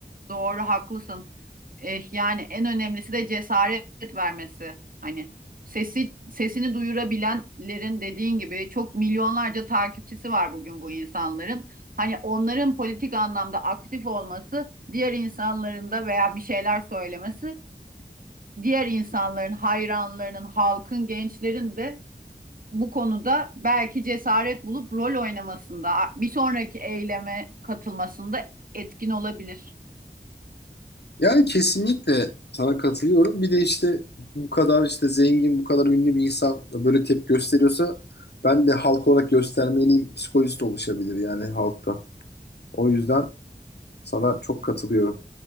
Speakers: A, on the right (about 55°); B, on the left (about 85°).
A: Doğru, haklısın. Eh, yani en önemlisi de cesaret vermesi. Hani sesi sesini duyurabilenlerin dediğin gibi çok milyonlarca takipçisi var bugün bu insanların. Hani onların politik anlamda aktif olması, diğer insanların da veya bir şeyler söylemesi, diğer insanların, hayranlarının, halkın, gençlerin de bu konuda belki cesaret bulup rol oynamasında, bir sonraki eyleme katılmasında etkin olabilir.
B: Yani kesinlikle sana katılıyorum. Bir de işte bu kadar işte zengin, bu kadar ünlü bir insan da böyle tepki gösteriyorsa ben de halk olarak göstermeliyim psikolojisi de oluşabilir yani halkta. O yüzden sana çok katılıyorum.